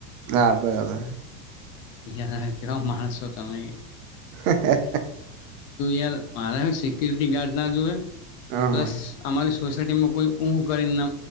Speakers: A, on the right (about 55°); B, on the left (about 55°).
A: હા બરાબર.
B: કે કેવા માાર છો તમે.
A: હ <unintelligible>
B: યાર મારે સિક્યુરિટી ગાર્ડ ના જોએ,
A: હા
B: પ્લસ અમારી સોસાયટીમાં કોઈ ઊં કરીને